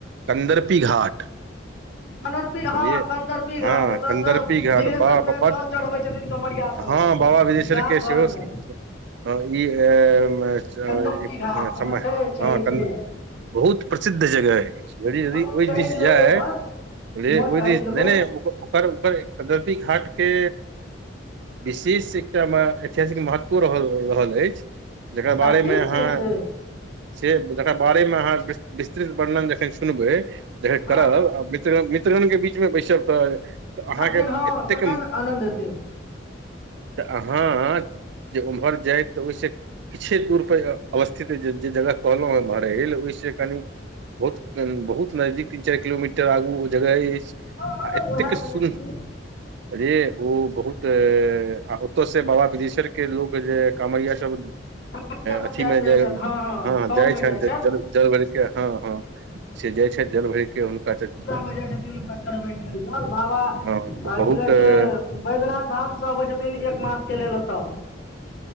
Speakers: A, on the right; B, on the left.
A: कन्दरपी घाट
B: कदरपी
A: बुझलियै
B: ह कदरपी
A: हँ
B: घाट जत
A: कन्दर्पी
B: से
A: घाट
B: सिंघेशसर
A: बाह
B: में
A: बड
B: जल चढ़बै छथिन कमरिया सब
A: हँ बाबा बिदेश्वरके
B: गाम
A: सेहो
B: घरमे
A: ई <unintelligible> हँ इ मे
B: कन्दर्पी घाट
A: हे।
B: हँ
A: समय
B: छै छै
A: हँ कंद
B: छै
A: बहुत प्रसिद्ध जगह है घड़ी यदि
B: चलब
A: ओहि
B: टहलि
A: दिस जाय
B: लेबै उम्हर उम्हर
A: रे ओहि
B: टहलि
A: दिन
B: लेबै
A: नै नो ओकर ओकर गलती घाट के विशेष एकटा मे ऐतिहासिक महत्व रहल रहल अछि। जकर
B: अच्छा
A: बारेमे
B: ठीक
A: अहाँ
B: छै से
A: से जकर बारेमे अहाँ विस विस्तृत वर्णन जखैन सुनबै जखैन
B: हँ
A: करब आ त मित्रगण के बीचमे बैसब तऽ तऽ अहाँके
B: तखन हँ
A: एतेक
B: तखन आनन्द हेतै
A: तऽ अहाँ जे उमहर जाय तऽ ओहिसे किछे दूर पर अवस्थित जे जगह कहलहुँ एमहर अइ ओहिसं कनी बहुत बहुत नजदीक तीन चारि किलोमीटर आगू ओ जगह अछि।
B: हँ हँ
A: आ एतेक
B: उएह भेलै
A: सुन
B: कि
A: रे ओ बहुत ओतऽ से बाबा बिदेश्वर के लोक जे कामरिया सब
B: कन्हैया सब
A: अथीमे
B: जाइत रहै
A: जे
B: छथि हँ हँ साउनमे
A: जाय छै
B: जाइ छथि
A: जल जल भरिके हँ हँ से जाइ छथि जल भरिके हुनका त
B: मे जाइ छथिन हुनका चढ़बै के लेल जल बाबा आ
A: हँ तऽ बहुत
B: की कहै छै बैद्यनाथ धामसँ अबै छथिन एक मास के लेल एतऽ